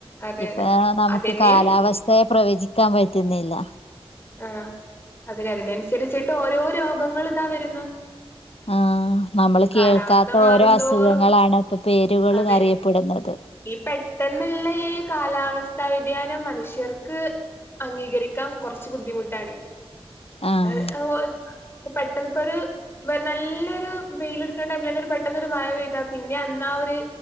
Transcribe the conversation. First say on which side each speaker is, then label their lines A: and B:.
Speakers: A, on the left (about 20°); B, on the left (about 70°).
A: അതെ
B: ഇപ്പാ
A: അതെ
B: നമുക്ക്
A: അതന്നെ
B: കാലാവസ്ഥയെ പ്രവചിക്കാൻ പറ്റ്ന്നില്ല.
A: ആ അതിന്, അതിനനുസരിച്ചിട്ട് ഓരോ രോഗങ്ങളിതാ വരുന്നു.
B: ആ നമ്മള്
A: കാലാവസ്ഥ
B: കേൾക്കാത്ത
A: മാറുന്തോറും
B: ഓരോ അസുഖങ്ങളാണ് ഇപ്പൊ പേരുകളില്
A: അതെ
B: അറിയപ്പെടുന്നത്.
A: ഈ പെട്ടെന്ന്ള്ള ഈ കാലാവസ്ഥ വ്യതിയാനം മനുഷ്യർക്ക് അംഗീകരിക്കാൻ കുറച്ച് ബുദ്ധിമുട്ടാണ്
B: ആഹ്
A: അ ഓല് പെട്ടെന്നിപ്പോരു വെ നല്ലൊരു വെയിലെടുക്കണ ടൈമിലെന്നെ രു പെട്ടെന്നൊരു മഴ പെയ്താ പിന്നെയന്നാ ഒരു